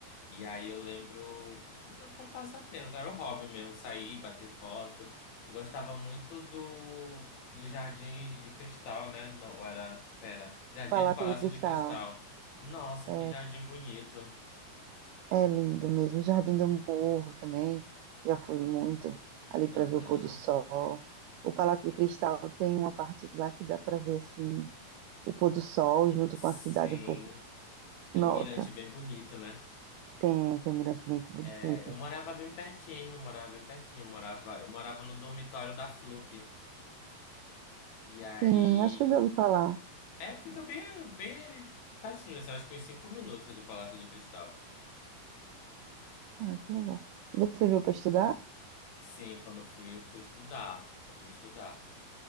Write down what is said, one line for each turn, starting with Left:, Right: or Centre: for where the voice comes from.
Left: E aí eu lembro, como passatempo, era o hobby mesmo, sair, bater foto. Eu gostava muito do do jardim de cristal, né? Não, era, pera, Jardim
Right: Palácio
Left: do Palácio
Right: de Cristal.
Left: de Cristal. Nossa,
Right: É,
Left: que jardim bonito.
Right: é lindo mesmo. Jardim do Morro também. Já fui muito ali para
Left: Aham.
Right: ver o pôr do sol. O Palácio de Cristal tem uma parte lá que dá para ver assim o pôr do sol junto
Left: Sim,
Right: com a cidade um pouco.
Left: tem
Right: Nossa,
Left: um mirante bem bonito, né?
Right: tem, tem um mirante muito bonito.
Left: É, eu morava bem pertinho, eu morava bem pertinho, eu morava, eu morava no dormitório da FLUP. E aí
Right: Sim, acho que
Left: que
Right: eu já
Left: eu,
Right: ouvi falar.
Left: é, fica bem, bem pertinho, assim, acho que uns cinco minutos do Palácio de Cristal.
Right: Ah, que legal. E você veio para estudar?
Left: Sim, quando eu fui, eu fui estudar. Eu fui estudar.